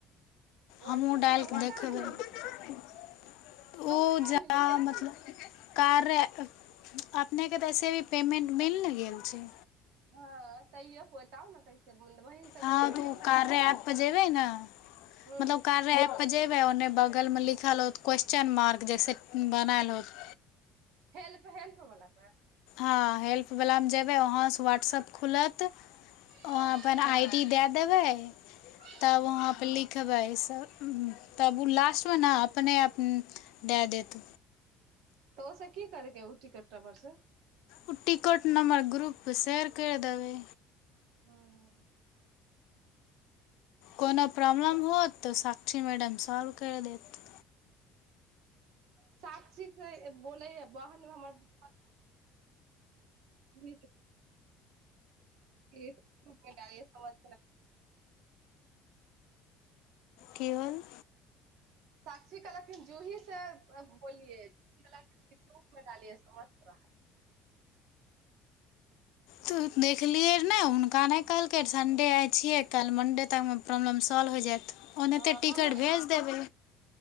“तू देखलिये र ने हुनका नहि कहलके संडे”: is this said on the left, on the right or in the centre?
Left